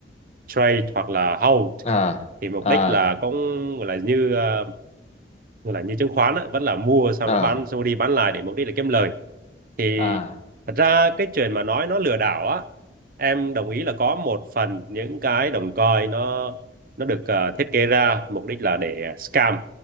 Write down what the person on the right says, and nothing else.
trade hoặc là hold
thì mục
đích là cũng gọi là như ờ, gọi là như chứng khoán á, vẫn là mua xong
nó bán xong đi bán lại để mục đích là kiếm lời thì
thật ra cái chuyện mà nói nó lừa đảo á em đồng ý là có một phần những cái đồng coin nó nó được ờ, thiết kế ra mục đích là để scam